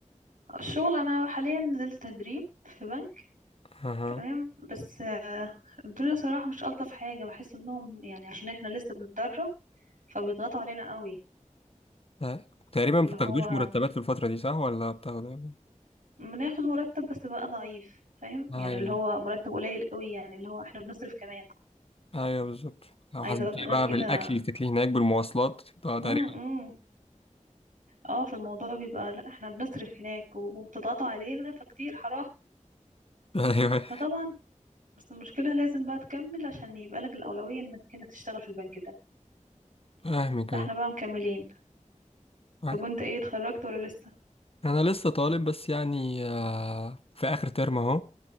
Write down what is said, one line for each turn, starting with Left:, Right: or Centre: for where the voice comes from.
Right: الشغل انا حاليا نزلت تدريب في بنك
Left: اها
Right: تمام بس آه، الدنيا صراحة مش ألطف حاجة بحس انهم يعني عشان احنا لسه بنتدرب فبيضغطوا علينا قوي
Left: ت- تقريبا
Right: اللي
Left: ما بتاخدوش
Right: هو
Left: مرتبات في الفترة دي صح ولا بتاخدوا
Right: بناخد مرتب بس بقى ضعيف فاهم
Left: ايوه
Right: يعني اللي هو مرتب قليل قوي يعني اللي هو احنا بنصرف كمان
Left: ايوه بالظبط لو
Right: عايزة
Left: حسبتيها
Right: اقول غير
Left: بقى
Right: كده
Left: بالاكل اللي تاكليه هناك بالمواصلات تبقى تقريبا
Right: امم اه في الموضوع بيبقى لا احنا بنصرف هناك وبتضغطوا علينا فكتير حرام
Left: <laughs> ايوه
Right: فطبعا بس المشكلة لازم بقى تكمل عشان يبقى لك الأولوية انك انت تشتغل في البنك ده
Left: فاهمك
Right: فاحنا بقى مكملين
Left: انا
Right: طب وانت ايه اتخرجت ولا لسه
Left: انا لسه طالب بس يعني آه، في اخر ترم اهو